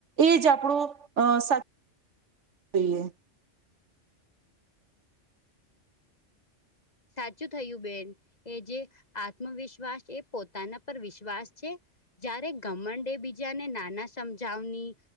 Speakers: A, on the right (about 70°); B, on the left (about 35°).
A: એજ આપણો સા થઈએ
B: સાચું થયું બેન એ જે આત્મવિશ્વાસ એ પોતાના પર વિશ્વાસ છે. જ્યારે ગમંડે બીજાને નાના સમજાવની